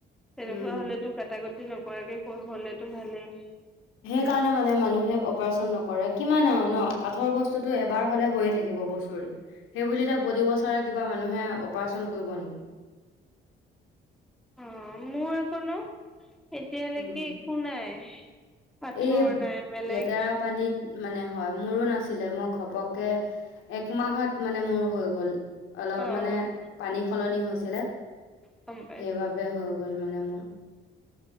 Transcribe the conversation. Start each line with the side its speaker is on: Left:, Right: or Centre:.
Centre: তেনেকুৱা
Left: উম
Centre: হলেতো
Left: ।
Centre: কাটাকটি নকৰাকে হলেতো ভালেই
Left: সেইকাৰণে মানে মানুহে অপাৰচন নকৰে কিমান আৰু ন পাথৰ বস্তুটো এবাৰ হলে হৈয়ে থাকিব বছৰিত সেইবুলি প্ৰতি বছৰে কিবা মানুহে অপাৰচন কৰিব নেকি?
Centre: অ মোৰ আখন নো এতিয়ালৈকে
Left: উম
Centre: একো নাই পাথৰ
Left: এই
Centre: নাই বেলেগ
Left: লেতেৰা পানীত মানে হয় মোৰো নাছিলে মই ঘপকে এক মাহত মানে মোৰ হৈ গ'ল অলপ
Centre: অ'
Left: মানে পানী সলনি হৈছিলে
Centre: গম পাইছো।
Left: সেইবাবে হওক গল মানে মোৰ